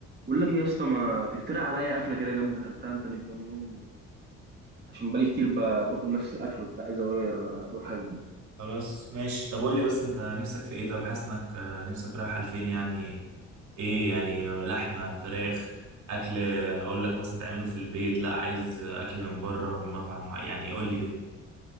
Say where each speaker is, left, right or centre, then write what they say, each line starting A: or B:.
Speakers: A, on the right (about 35°); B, on the right (about 70°).
A: بقول لك ايه يا اسطى ما تقترح عليا اكله كده جامده اكلتها انت من كام يوم عشان بقالي كتير ب- باكل نفس الاكل وبتاع عايز اغير آه، ادوق حاجه جديده
B: خلاص ماشي طب قول لي بس انت نفسك في ايه طب حاسس انك آه، نفسك رايحه لفين يعني ايه يعني لحمه فراخ اكل آه، اقول لك مثلا تعمله في البيت لا عايز آه، اكل من بره من مطعم معين يعني قول لي كده